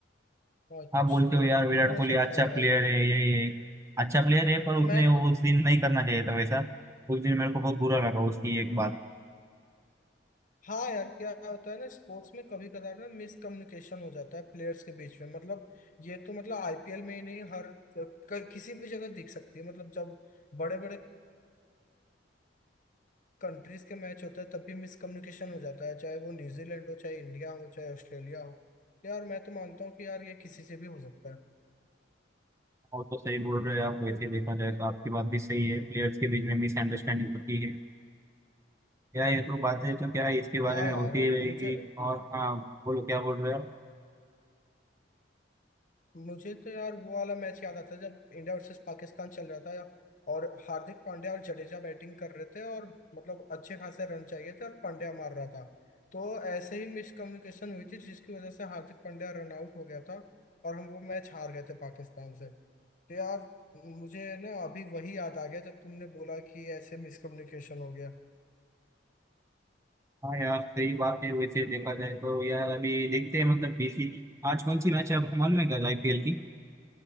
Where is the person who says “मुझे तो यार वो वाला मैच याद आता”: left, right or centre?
Left